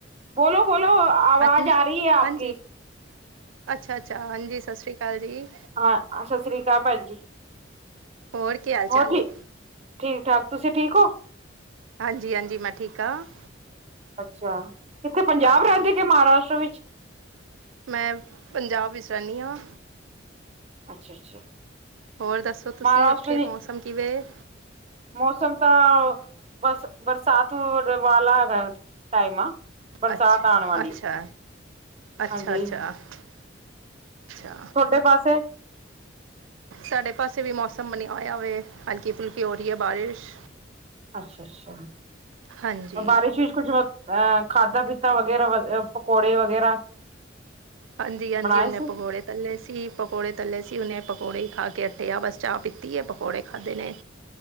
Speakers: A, on the right; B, on the right.
A: ਬੋਲੋ ਬੋਲੋ ਆਵਾਜ਼
B: ਹਾਂਜੀ
A: ਆ ਰਹੀ ਹੈ ਆਪ
B: ਹਾਂਜੀ
A: ਕੀ।
B: ਅੱਛਾ ਅੱਛਾ ਹਾਂਜੀ ਸਤਿ ਸ੍ਰੀ ਅਕਾਲ ਜੀ।
A: ਹਾਂ ਸਤਿ ਸ਼੍ਰੀ ਅਕਾਲ ਭੈਣ ਜੀ।
B: ਹੋਰ ਕੀ ਹਾਲ
A: ਹੋਰ
B: ਚਾਲ
A: ਠੀਕ
B: ਹੈ
A: ਠੀਕ ਠਾਕ ਤੁਸੀਂ ਠੀਕ ਹੋ।
B: ਹਾਂਜੀ ਹਾਂਜੀ ਮੈਂ ਠੀਕ ਹਾਂ।
A: ਅੱਛਾ ਕਿੱਥੇ ਪੰਜਾਬ
B: ਹਾਂ
A: ਰਹਿੰਦੇ ਕੇ ਮਹਾਰਾਸ਼ਟਰ ਵਿੱਚ?
B: ਮੈਂ ਪੰਜਾਬ ਵਿੱਚ ਰਹਿੰਦੀ ਹਾਂ।
A: ਅੱਛਾ ਅੱਛਾ।
B: ਹੋਰ ਦੱਸੋ ਤੁਸੀਂ
A: ਮਹਾਰਾਸ਼ਟਰ
B: ਉੱਥੇ
A: ਦੀ
B: ਮੌਸਮ ਕਿਵੇਂ?
A: ਮੌਸਮ ਤਾਂ ਬਸ, ਬਰਸਾਤ ਵਾਲਾ ਟਾਈਮ ਆ। ਬਰਸਾਤ
B: ਅੱਛਾ-
A: ਆਉਣ ਵਾਲੀ
B: ਅੱਛਾ। ਅੱਛਾ-
A: ਹਾਂਜੀ
B: ਅੱਛਾ -ਅੱਛਾ।
A: ਤੁਹਾਡੇ ਪਾਸੇ
B: ਸਾਡੇ ਪਾਸੇ ਵੀ ਮੌਸਮ ਬਣਿਆ ਹੋਇਆ ਵੇ, ਹਲਕੀ -ਫੁਲਕੀ ਹੋ ਰਹੀ ਹੈ ਬਾਰਿਸ਼।
A: ਅੱਛਾ- ਅੱਛਾ।
B: ਹਾਂਜੀ
A: ਬਾਰਿਸ਼ ਵਿੱਚ ਕੁਝ ਅਹ ਖਾਧਾ ਪੀਤਾ ਵਗੈਰਾ ਪਕੌੜੇ ਵਗੈਰਾ।
B: ਹਾਂਜੀ- ਹਾਂਜੀ
A: ਬਣਾਏ
B: ਉਨੇ
A: ਸੀ
B: ਪਕੌੜੇ ਤੱਲੇ ਸੀ। ਪਕੌੜੇ ਤੱਲੇ ਸੀ ਉਨੇ। ਪਕੌੜੇ ਹੀ ਖਾ ਕੇ ਹੱਟੇ ਆ ਬਸ ਚਾਹ ਪੀਤੀ ਹੈ। ਪਕੌੜੇ ਖਾਧੇ ਨੇ।